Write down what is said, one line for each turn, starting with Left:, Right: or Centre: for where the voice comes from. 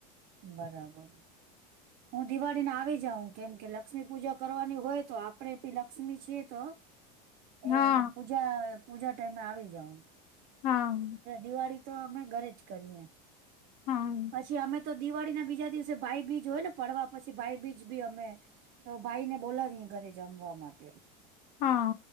Right: બરાબર હું દિવાળીને આવી જાઉ કેમ કે લ લક્ષ્મી પૂજા કરવાની હોય તો આપડે ભી લક્ષ્મી છીએ તો એ
Left: હા
Right: પ પજા પૂજા ટાઈમે આવી જઓ ને
Left: હા.
Right: દિવાળી તો અમે ઘરે જ કરીએ
Left: હા
Right: પછી અમે તો દિવાળી ના બીજા દિવસે ભાઈ બીજ હોય ને પડવા પછી ભાઈ બીજ બી અમે તો ભાઈ ને બોલાવી ઘરે જમવા માટે
Left: હા